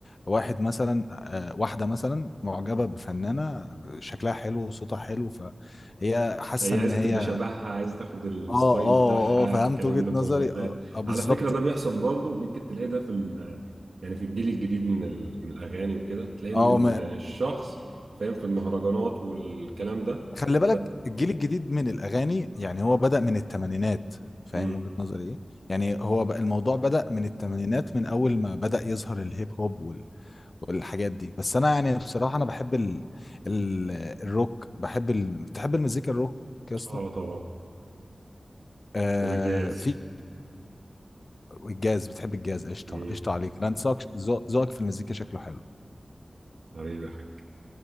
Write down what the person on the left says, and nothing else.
واحد مثلا آه، واحده مثلا معجبه بفنانه شكلها حلو وصوتها حلو فهي حاسه
ان
هي
اه اه
اه فهمت
وجهة
نظري
اه, آه بالظبط
اه
خلي بالك
الجيل الجديد من الأغاني يعني هو بدأ من الثمانينات فاهم
وجهة نظري إيه؟ يعني هو بقى الموضوع بدأ من الثمانينات من أول ما بدأ يظهر الهيب هوب وال... والحاجات دي بس أنا يعني بصراحة أنا بحب ال... ال... الروك بحب ال... بتحب المزيكا الروك يا اسطى
آه
في الجاز بتحب الجاز قشطة
قشطة عليك أنا ذوقك ذوقك في المزيكا شكله حلو